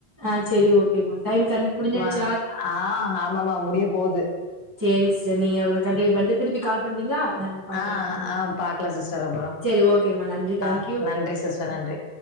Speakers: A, on the right; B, on the left.
A: ஆ சேரி ஓகே மா டைம் கரெக்ட் முடிஞ்சுடுச்
B: அ ஆ ஆமாம்மா முடிய போது
A: சேரி சிஸ்டர் நீங்க எவ்ளோ கண்டினியூ பண்ணிட் திருப்பியு கால் பண்றீங்களா பாக்குறே
B: ஆ
A: ம்
B: ஆ பாக்கலா சிஸ்டர் அப்பறோ
A: சேரி ஓகேமா நன்றி தேங்க்யூ
B: அ நன்றி சிஸ்டர் நன்றி